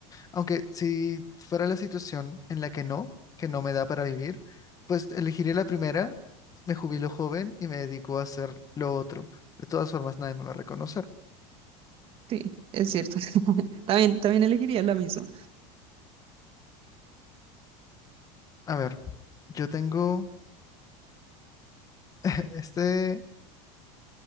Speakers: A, on the left (about 20°); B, on the right (about 35°).
A: Aunque si fuera la situación en la que no, que no me da para vivir, pues elegiría la primera, me jubilo joven y me dedico a hacer lo otro. De todas formas, nadie me va a reconocer.
B: Sí, es cierto. <laughs> También, también elegiría la misma.
A: A ver, yo tengo <laughs> este,